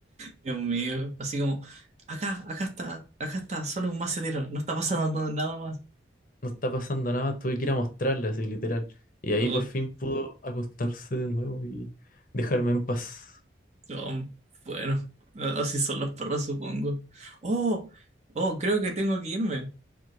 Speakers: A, on the right (about 35°); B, on the left (about 45°).
A: Dios mío, así como, acá, acá está, acá está, solo un macetero, no está pasando nada más.
B: No está pasando nada, tuve que ir a mostrarle así literal. Y ahí
A: Oh,
B: por fin pudo acostarse de nuevo y dejarme en paz.
A: oh, bueno, así son los perros, supongo. Oh, oh, creo que tengo que irme.